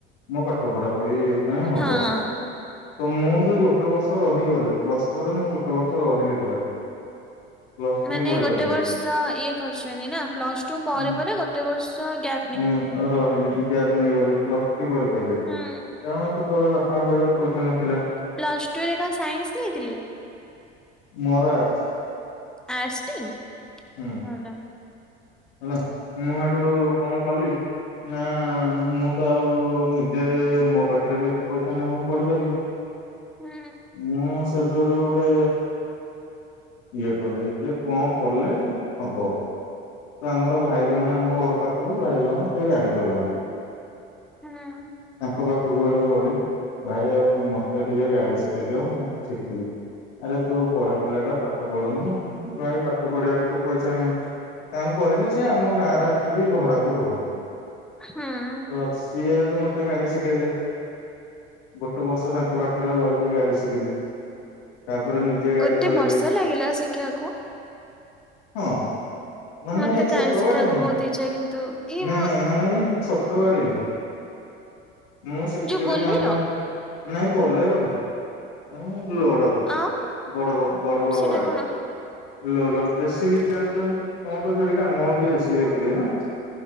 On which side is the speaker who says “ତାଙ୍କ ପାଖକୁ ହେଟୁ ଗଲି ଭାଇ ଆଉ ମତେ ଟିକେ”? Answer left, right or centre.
Left